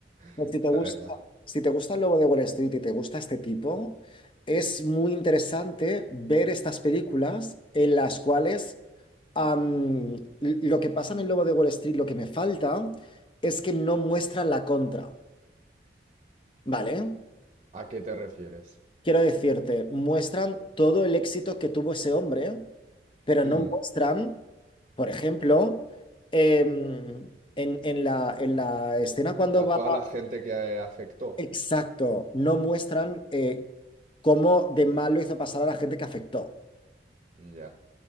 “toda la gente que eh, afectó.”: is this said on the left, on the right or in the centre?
Right